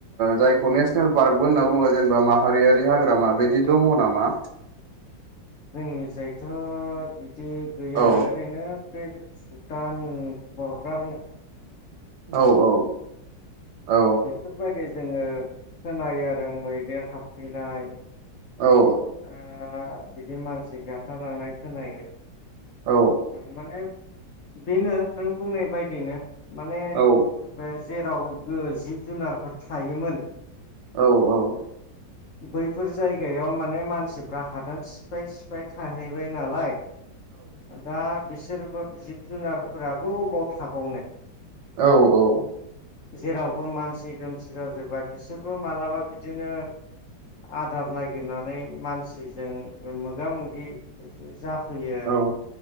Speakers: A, on the right; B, on the left.
A: जाय खौ नेसनेल
B: उम
A: पारकबो होनना बुङो जेनेबा माहारियारि हाग्रामा बिदि दङ नामा?
B: जोंनि जायथ बिदि गैया
A: औ
B: ओरैनो बुटान बरदार
A: औ औ औ
B: बेफोर बायदि जोङो खोनायो आरो मैदेर हाबफैनाय।
A: औ
B: आ बिदि मानसि गाथारलांनाय खोनायो।
A: औ
B: माने बेनो नों बुंनाय बायदियैनो। माने
A: औ
B: जेराव। जिब जुनारफोर थायोमोन।
A: औ औ
B: बैफोर जायगायाव माने मानसिफ्रा हादान सिफाय सिफाय थाहैबाय नालाय। दा बिसोरबो जिब जुनारफोराबो अबाव थाबावनो?
A: औ औ
B: जेरावबो मानसि दुमसि जाजोबबाय बिसोरबो मालाबा बिदिनो आदार नागिरनानै मानसिजों मोगा मोगि जाफैयो। आरो
A: औ